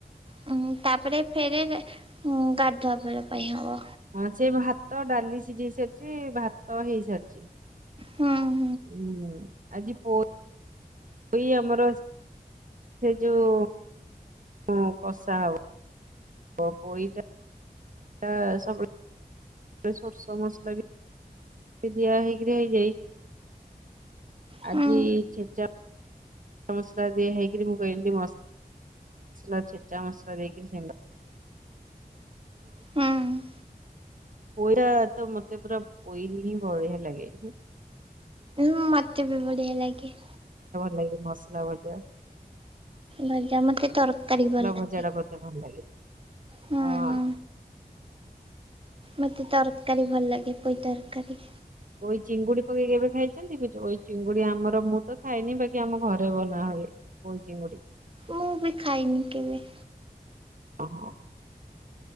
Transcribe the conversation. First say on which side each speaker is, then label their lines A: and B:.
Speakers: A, on the right; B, on the right.
A: ହୁଁ ତାପରେ ଫେରେ ଉଁ ଗାଧୁଆ ବେଲ ପାଇଁ ହବ।
B: ହଁ ସେ ଭାତ ଡାଲି ସିଝେଇ ସାରିଛି ଭାତ ହେଇ ସାରିଛି।
A: ହୁଁ
B: ହୁଁ ଆଜି ପୋ- ହଇ ଆମର। ସେ ଯୋଉ ହଁ କଷା ହବ। ହଁ ପଇଟା ତା ସବୁବେଳେ। ସେ ସୋରିଷ ମସଲା ବି। ଦିଆ ହେଇକି ହେଇଯାଏ
A: ହୁଁ
B: ଆଜି ଛେଚା ମସଲା ଦି ହେଇକରି ମୁଁ କହି ମସଲା ଛେଚା ମସଲା ଦେଇକରି
A: ହୁଁ ହୁଁ।
B: ପୋଇ ତ ମତେ ପୁର ପୋଇ ହିଁ ବଢ଼ିଆ ଲାଗେ <unintelligible>
A: ମତ <unintelligible> ମତେ ବି ବଢ଼ିଆ ଲାଗେ-
B: ଲାଗି ମସଲା ବଜା-
A: ଭଜା ମତେ ତରକାରୀ ଭଲ ଲାଗେ-
B: ଭଜା ଟା ମତେ ଭଲ ଲାଗେ। ହଁ
A: ହୁଁ ହୁଁ ମତେ ତରକାରୀ ଭଲ ଲାଗେ ପଇ ତରକାରୀ
B: ଇ ଚିଙ୍ଗୁଡ଼ି ପକେଇ କେବେ ଖାଇଛନ୍ତି ବୁ ଚିଙ୍ଗୁଡ଼ି ଆମର ମୁଁ ତ ଖାଇଏନି ବାକି ଆମ ଘରେ ବନା ହୁଏ ଚିଙ୍ଗୁଡ଼ି
A: ମୁଁ ବି ଖାଇନି କେବେ-
B: ଓ ହୋ